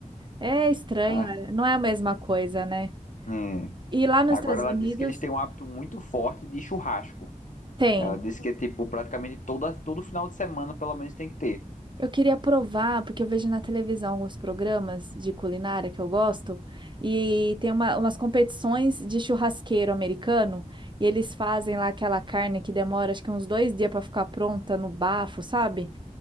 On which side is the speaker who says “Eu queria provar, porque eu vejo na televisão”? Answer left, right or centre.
Right